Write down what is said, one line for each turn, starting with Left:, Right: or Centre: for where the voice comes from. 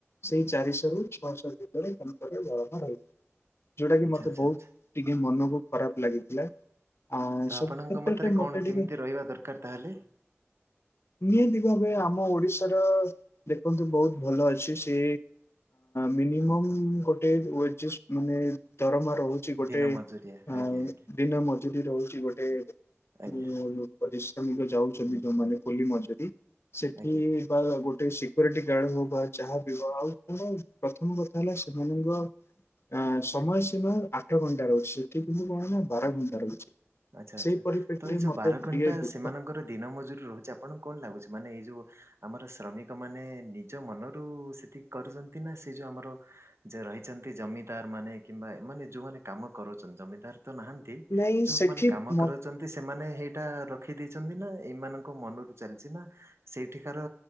Left: ସେଇ ଚାରିଶହ ରୁ ଛଅଶହ ଭିତରେ ଦରମା ରହିଥାଏ। ଯୋଉଟା କି
Right: ଆଚ୍ଛା
Left: ମତେ
Right: ଆଚ୍ଛା
Left: ବହୁତ୍
Right: ଆଚ୍ଛା।
Left: ଟିକେ ମନକୁ ଖରାପ ଲାଗିଥିଲା। ଆ
Right: ତ
Left: ସବୁ
Right: ଆପଣଙ୍କ
Left: କ୍ଷେତ୍ରରେ
Right: ମତରେ କଣ
Left: ମତେ ଟିକେ
Right: କେମିତି ରହିବା ଦରକାର ତାହେଲେ।
Left: ନିହାତି ଭାବେ ଆମ ଓଡ଼ିଶାର ଦେଖନ୍ତୁ ବହୁତ୍ ଭଲ ଅଛି ସେ ମିନିମମ୍ ଗୋଟେ ଓ୍ବେଜେସ୍ ମାନେ ଦରମା ରହୁଛି ଗୋଟେ
Right: ଦିନ ମଜୁରିଆ
Left: ଅ
Right: ଆଜ୍ଞା ଆଜ୍ଞା
Left: ଦିନ ମଜୁ ଏଠି ରହୁଛି ଗୋଟେ ପରିଶ୍ରମ
Right: ଆଜ୍ଞା
Left: କୁ ଯାଉଛନ୍ତି ଯୋଉମାନେ କୁଲି ମଜୁରୀ ସେଠି
Right: ଆଜ୍ଞା।
Left: ବା ସିକ୍ୟୁରିଟି ଗାର୍ଡ ହଉ ବା ଯାହା ବି ହଉ ଆଉ କଣ ପ୍ରଥମ କଥା ହେଲା ସେମାନଙ୍କ ଆଁ ସମୟ ସୀମା ଆଠ ଘଣ୍ଟା ରହୁଛି ସେଠି କିନ୍ତୁ କଣ ନା ବାର ଘଣ୍ଟା ରହୁଛି।
Right: ଆଚ୍ଛା ଆଚ୍ଛା
Left: ସେଇ ପରିପ୍ରେକ୍ଷୀରେ
Right: ତ ଏଇ ଯୋଉ
Left: ମତେ
Right: ବାର ଘଣ୍ଟା
Left: ଟିକେ ଦୁଃଖ
Right: ସେମାନଙ୍କର ଦିନ ମଜୁରୀ ରହୁଛି ଆପଣଙ୍କୁ କଣ ଲାଗୁଛି ମାନେ ଏଇ ଯୋଉ ଆମର ଶ୍ରମିକ ମାନେ ନିଜ ମନରୁ ସେତିକି କରୁଛନ୍ତି ନା ସେ ଯୋଉ ଆମର ଯେ ରହିଛନ୍ତି ଜମିଦାର ମାନେ କିମ୍ବା ଏମାନେ ଯଉମାନେ କାମ କରୁଛନ୍ତି ଜମିଦାର ତ ନାହାନ୍ତି
Left: ନାଇଁ
Right: ଯୋଉମାନେ
Left: ସେଠି
Right: କାମ
Left: ମ
Right: କରଉଛନ୍ତି ସେମାନେ ସେଇଟା ରଖି ଦେଇଛନ୍ତି ନା ଏଇମାନଙ୍କ ମନରୁ ଚାଲିଛି ନା ସେଇଠିକାର